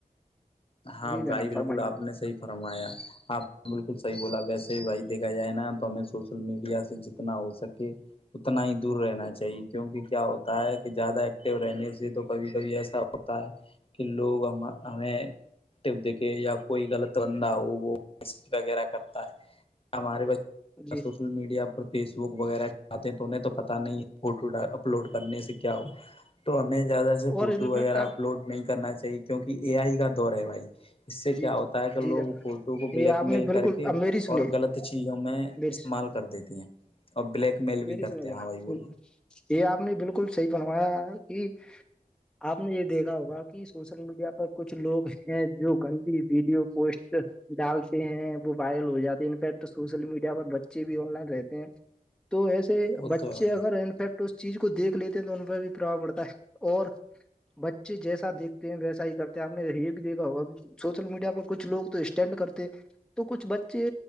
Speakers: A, on the left (about 40°); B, in the centre.
A: ہاں
B: جی
A: بھائی
B: جناب فرمائیے
A: بالکل آپ نے صحیح فرمایا آپ نے بالکل صحیح بولا ویسے بھی بھائی دیکھا جائے نا تو ہمیں سوشل میڈیا سے جتنا ہو سکے اتنا ہی دور رہنا چاہیے کیونکہ کیا ہوتا ہے کہ زیادہ ایکٹو رہنے سے تو کبھی کبھی ایسا ہوتا ہے کہ لوگ ہم ہمیں دیکھے یا کوئی غلط بندہ ہو وہ وغیرہ کرتا ہے ہمارے بچے
B: جی
A: سوشل میڈیا فیس بک وغیرہ چاتے ہیں تو انہیں تو پتا نہیں فوٹو اپلوڈ کرنے سے کیا ہو تو ہمیں زیادہ سے
B: اور
A: فوٹو
B: انفیکٹ
A: وغیرہ اپلوڈ
B: آپ
A: نہیں کرنا چاہیے کیونکہ اے آئی کا دور ہے بھائی اس سے کیا
B: جی جی
A: ہوتا ہے کہ
B: جی
A: لوگ
B: جناب
A: فوٹو کو
B: یہ
A: بلیک
B: آپ
A: میل
B: نے بالکل
A: کر کے
B: اب میری سنیے
A: اور غلط چیزوں میں
B: میری
A: استعمال کر دیتے اور بلیک میل
B: میری
A: بھی کرتے
B: سنیے
A: ہیں
B: جناب
A: ہاں بھائی بولو
B: یہ آپ نے بالکل صحیح بنوایا ہے کہ آپ نے یہ دیکھا ہوگا کہ سوشل میڈیا پر کچھ لوگ ہیں جو گندی ویڈیو پوسٹ ڈالتے ہیں وہ وائرل ہو جاتے انفیکٹ سوشل میڈیا پر بچے بھی آن لائن رہتے ہیں تو ایسے
A: وہ
B: بچے
A: تو ہے بھائی
B: اگر انفیکٹ تو اس چیز کو دیکھ لیتے ہیں تو ان پ بھی پرھاب پڑتا ہے اور بچے جیسا دیکھتے ہیں ویسا ہی کرتے ہیں آپ نے یہ بھی گا وہ بھی سوشل میڈیا پر کچھ لوگ تو اسٹینڈ کرتے تو کچھ بچے